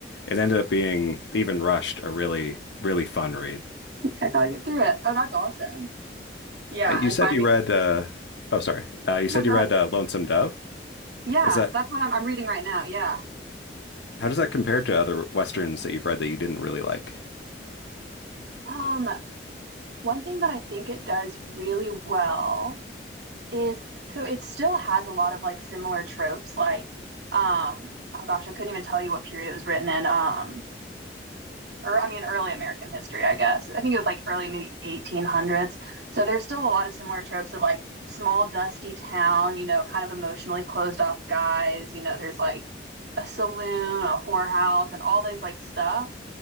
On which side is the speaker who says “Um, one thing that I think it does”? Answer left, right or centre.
Right